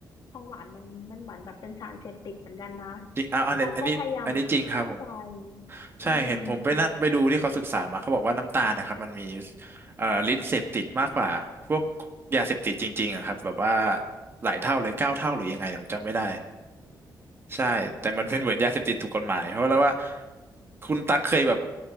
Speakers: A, on the left; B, on the right.
A: ของหวานมันมันเหมือนแบบเป็นสารเสพติดเหมือนกันนะ
B: จริงอ่ะอะอันอันนี้อันนี้จริงครับผม
A: ตั๊กก็พยายามห้ามใจ
B: ใช่เห็นผมไปนั่นไปดูที่เขาศึกษามาเขาบอกว่าน้ำตาลนะครับมันมี
A: อืม
B: เอ่อฤทธิ์เสพติดมากกว่าพวกยาเสพติดจริงๆอะครับแบบว่าหลายเท่าเลยเก้าเท่าหรือยังไงเนี่ยผมจำไม่ได้ใช่แต่มันเป็นเหมือนยาเสพติดถูกกฎหมายเพราะแล้วว่าคุณตั๊กเคยแบบ